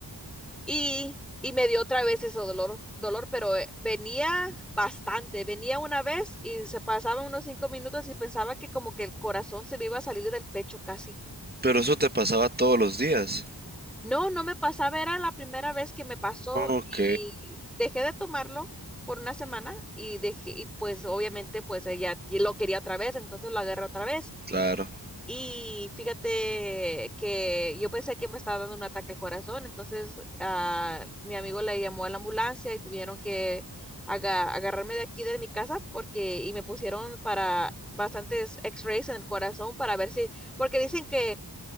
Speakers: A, in the centre; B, on the right.
A: Y, y me dio otra vez ese dolor, dolor, pero eh, venía bastante. Venía una vez y se pasaban unos cinco minutos y pensaba que como que el corazón se me iba a salir del pecho casi.
B: Pero eso te pasaba todos los días.
A: No, no me pasaba, era la primera vez que me pasó
B: Ok.
A: y dejé de tomarlo por una semana y dejé, y pues obviamente pues ella y lo quería otra vez, entonces lo agarré otra vez.
B: Claro.
A: Y fíjate que yo pensé que me estaba dando un ataque al corazón, entonces ah, mi amigo le llamó a la ambulancia y tuvieron que aga- agarrarme de aquí de mi casa porque y me pusieron para bastantes X-rays en el corazón para ver si, porque dicen que